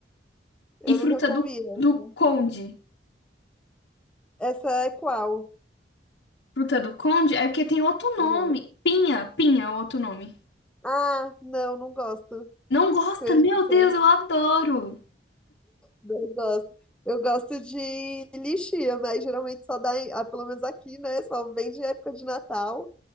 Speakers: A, in the centre; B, on the left (about 75°).
A: Eu
B: E fruta
A: nunca comi
B: do,
A: essa.
B: do conde.
A: Essa é qual?
B: Fruta do conde é porque tem outro nome.
A: Uhum.
B: Pinha, pinha é outro nome.
A: Ah, não, não gosto.
B: Não gosta?
A: Acredita?
B: Meu Deus, eu adoro.
A: Eu gosto. Eu gosto de lixia, mas geralmente só dá, em- ah, pelo menos aqui, né? Só vende em época de Natal